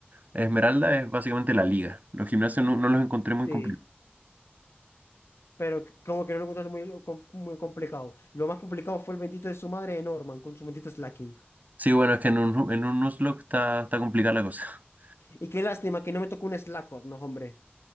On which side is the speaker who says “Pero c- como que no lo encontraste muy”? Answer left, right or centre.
Left